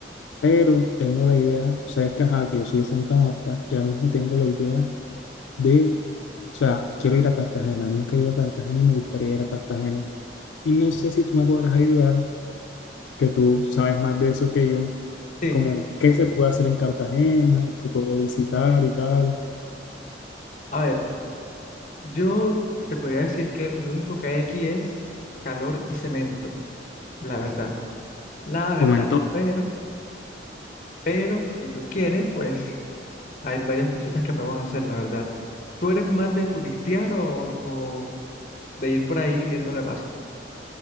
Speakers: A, on the left (about 80°); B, on the left (about 45°).
A: Pero tengo la idea, o sea, es que ajá, que yo soy de Santa Marta y ahora mismo tengo la idea de, o sea, quiero ir a Cartagena. Nunca he ido a Cartagena y me gustaría ir a Cartagena. Y no sé si tú me podrás ayudar, que tú sabes más de eso que yo,
B: Sí,
A: como qué se puede hacer en Cartagena, qué puedo visitar y tal.
B: a ver, yo te podría decir que lo único que hay aquí es calor y cemento, la verdad, la
A: como
B: verdad.
A: en todo
B: Pero, pero si tú quieres, pues hay varias cositas que podemos hacer, la verdad. ¿Tú eres más de turistear o, o de ir por ahí viendo qué pasa?